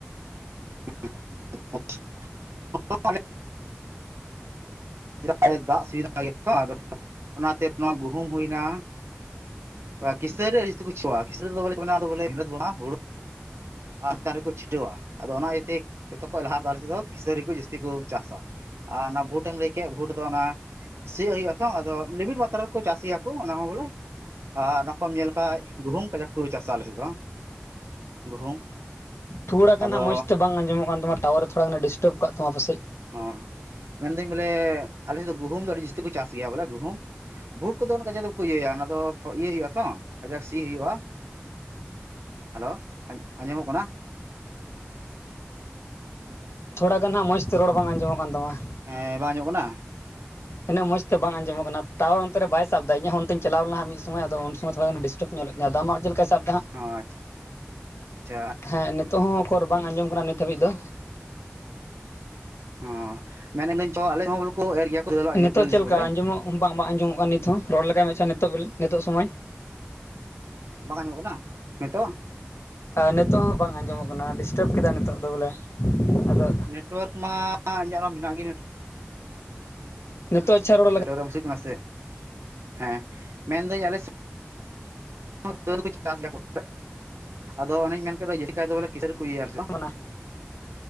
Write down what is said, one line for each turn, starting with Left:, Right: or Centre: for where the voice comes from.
Right: <unintelligible> <unintelligible> ᱟᱫᱚ ᱫᱟᱜ ᱥᱩᱵᱤᱫᱷᱟ ᱜᱮᱭᱟ ᱛᱚ ᱟᱫᱚ ᱚᱱᱟᱛᱮ ᱱᱚᱣᱟ ᱜᱩᱦᱩᱢ ᱦᱩᱭ ᱮᱱᱟ ᱠᱷᱤᱥᱟᱹᱨᱤ ᱨᱮ <unintelligible> <unintelligible> ᱦᱩᱲᱩ ᱟᱨᱛᱮ ᱨᱮᱠᱚ ᱪᱷᱤᱴᱟᱹᱣᱟ ᱟᱫᱚ ᱚᱱᱟ ᱤᱭᱟᱹᱛᱮ ᱡᱚᱛᱚ ᱠᱷᱚᱡ ᱞᱟᱦᱟ ᱫᱟᱨᱮ ᱛᱮᱫᱚ ᱠᱤᱥᱟᱹᱨᱤ ᱠᱚ ᱡᱟᱹᱥᱛᱤ ᱠᱚ ᱪᱟᱥᱟ ᱟᱨ ᱚᱱᱟ ᱵᱷᱩᱴᱮᱢ ᱞᱟᱹᱭ ᱠᱮᱫ ᱵᱷᱩᱴ ᱫᱚ ᱚᱱᱟ ᱥᱤᱭᱟᱜ ᱦᱩᱭᱩᱜ ᱟᱛᱚ ᱟᱫᱚ ᱞᱤᱢᱤᱴ ᱢᱟᱛᱨᱟ ᱨᱮᱠᱚ ᱪᱟᱥ ᱜᱮᱭᱟ ᱠᱚ ᱚᱱᱟ ᱦᱚᱸ ᱵᱚᱞᱮ ᱟᱨ ᱚᱱᱟ ᱠᱚᱢ ᱧᱮᱞ ᱠᱷᱟᱡ ᱜᱩᱦᱩᱢ ᱠᱟᱡᱟᱠ ᱠᱚ ᱪᱟᱥᱟ ᱟᱞᱮᱥᱮᱫ ᱫᱚ ᱜᱩᱦᱩᱢ
Left: ᱛᱷᱚᱲᱟ ᱜᱟᱱ
Right: ᱟᱫᱚ
Left: ᱦᱟᱜ ᱢᱚᱡᱽ ᱛᱮ ᱵᱟᱝ ᱟᱸᱡᱚᱜ ᱠᱟᱱ ᱛᱟᱢᱟ ᱴᱟᱣᱟᱨ ᱛᱷᱚᱲᱟᱜᱟᱱ ᱮ ᱰᱤᱥᱴᱟᱵ ᱟᱠᱟᱫ ᱛᱟᱢᱟ ᱯᱟᱥᱮᱡ
Right: ᱚ ᱢᱮᱱ ᱮᱫᱟᱹᱧ ᱵᱚᱞᱮ ᱟᱞᱮᱫ ᱫᱚ ᱜᱩᱦᱩᱢ ᱫᱚ ᱟᱹᱰᱤ ᱡᱟᱹᱥᱛᱤ ᱠᱚ ᱪᱟᱥ ᱜᱮᱭᱟ ᱵᱚᱞᱮ ᱜᱩᱦᱩᱢ ᱵᱷᱩᱴ ᱠᱚᱫᱚ ᱠᱟᱡᱟᱠ ᱫᱚᱠᱚ ᱤᱭᱟᱹᱭᱟ ᱚᱱᱟ ᱫᱚ ᱤᱭᱟᱹᱭ ᱦᱩᱭᱩᱜᱼᱟ ᱛᱚ ᱠᱟᱡᱟᱠ ᱥᱤ ᱦᱩᱭᱩᱜᱼᱟ ᱦᱮᱞᱳ ᱟᱸᱡᱚᱢᱚᱜ ᱠᱟᱱᱟ ᱦᱮᱞᱳ
Left: ᱛᱷᱚᱲᱟᱱᱜᱟᱱ ᱦᱟᱸᱜ ᱢᱚᱸᱡᱽ ᱛᱮ ᱨᱚᱲ ᱵᱟᱝ ᱟᱸᱡᱚᱢᱚᱜ ᱠᱟᱱ ᱛᱟᱢᱟ
Right: ᱦᱮᱸ ᱵᱟᱝ ᱟᱸᱡᱚᱢᱚᱜ ᱠᱟᱱᱟ
Left: ᱩᱱᱟᱹᱜ ᱢᱚᱸᱡᱽ ᱵᱟᱝ ᱛᱮ ᱵᱟᱝ ᱟᱸᱡᱚᱜ ᱠᱟᱱᱟ ᱴᱟᱣᱟᱨ ᱚᱱᱛᱮ ᱵᱟᱭ ᱥᱟᱵ ᱮᱫᱟ ᱤᱧᱟᱜ ᱚᱱᱛᱮᱧ ᱪᱟᱞᱟᱣ ᱞᱮᱱᱟ ᱢᱤᱫ ᱥᱚᱢᱚᱭ ᱟᱫᱚ ᱩᱱ ᱥᱚᱢᱚᱭ ᱛᱷᱚᱲᱟ ᱜᱟᱱ ᱮ ᱰᱤᱥ ᱴᱟᱵ ᱧᱚᱜᱮᱫ ᱛᱤᱧᱟ ᱟᱫᱚ ᱟᱢᱟᱜ ᱪᱮᱫ ᱞᱮᱠᱟ ᱥᱟᱵ ᱮᱫᱟ ᱦᱟᱜ
Right: ᱦᱚᱸ ᱟᱪᱪᱷᱟ
Left: ᱦᱮᱸ ᱱᱤᱛᱚᱜ ᱦᱚᱸ ᱚᱠᱚᱨ ᱵᱟᱝ ᱟᱸᱡᱚᱢ ᱠᱟᱱᱟ ᱱᱤᱛ ᱦᱟᱹᱵᱤᱡ ᱫᱚ
Right: ᱚ ᱢᱮᱱᱮᱫ ᱟᱞᱤᱧ ᱟᱞᱮ ᱦᱚᱸ <unintelligible> ᱠᱚ ᱮᱨ ᱜᱮᱭᱟ ᱠᱚ ᱫᱟᱹᱞᱟᱜ
Left: ᱱᱤᱛᱚᱜ
Right: ᱫᱟᱹᱞ ᱡᱤᱱᱤᱥ
Left: ᱪᱮᱫ ᱞᱮᱠᱟ
Right: ᱵᱚᱞᱮ
Left: ᱟᱸᱡᱚᱢᱚᱜ ᱵᱟᱝ ᱟᱸᱡᱚᱢᱚᱜ ᱠᱟᱱᱟ ᱱᱤᱛ ᱦᱚᱸ ᱨᱚᱲ ᱞᱮᱜᱟᱭ ᱢᱮᱥᱮ ᱱᱤᱛᱚᱜ ᱱᱤᱛᱚᱜ ᱥᱚᱢᱚᱭ
Right: ᱵᱟᱝ ᱟᱸᱡᱚᱢᱚᱜ ᱠᱟᱱᱟ ᱱᱤᱛᱳᱜ
Left: ᱱᱤᱛᱚᱜ ᱦᱚᱸ ᱵᱟᱝ ᱟᱸᱡᱚᱢᱚᱜ ᱠᱟᱱᱟ ᱰᱤᱥᱴᱟᱵᱽ ᱠᱮᱫᱟ ᱱᱤᱛᱚᱜ ᱫᱚ ᱵᱚᱞᱮ ᱟᱫᱚ
Right: ᱱᱮᱴᱣᱟᱨᱠ ᱢᱟ ᱤᱧᱟᱹᱜ ᱦᱚᱸ ᱢᱮᱱᱟᱜ ᱜᱮ ᱱ
Left: ᱱᱤᱛᱚᱜ ᱟᱪᱪᱷᱟ ᱨᱚᱲ ᱞᱟᱜᱟᱣ
Right: ᱱᱮᱴᱳᱣᱟᱨᱠ <unintelligible> ᱠᱟᱱᱟ ᱥᱮ ᱦᱮᱸ ᱢᱮᱱᱫᱟᱹᱧ ᱟᱞᱮ ᱥᱮᱫ <unintelligible> ᱠᱚ ᱪᱟᱥ ᱜᱮᱭᱟ ᱠᱚ ᱟᱫᱚ ᱚᱱᱮᱧ ᱢᱮᱱ ᱠᱮᱫ ᱡᱟᱥᱛᱤ ᱠᱟᱭ ᱫᱚ ᱵᱚᱞᱮ ᱠᱮᱥᱟᱨᱤ ᱠᱚ ᱦᱩᱭᱩᱜᱟ ᱟᱞᱮ ᱥᱮᱫ ᱦᱚ
Left: ᱠᱟᱱᱟ